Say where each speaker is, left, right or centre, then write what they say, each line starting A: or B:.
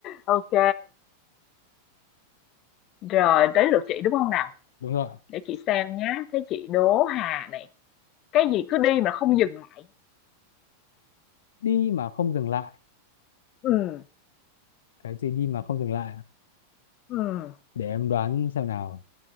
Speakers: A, on the left; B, on the left.
A: Ok. Rồi, tới lượt chị đúng không nào?
B: Đúng rồi.
A: Để chị xem nhá, thấy chị Đỗ Hà này, cái gì cứ đi mà không dừng lại.
B: Đi mà không dừng lại.
A: Ừm,
B: Cái gì đi mà không dừng lại?
A: ừm,
B: Để em đoán xem nào.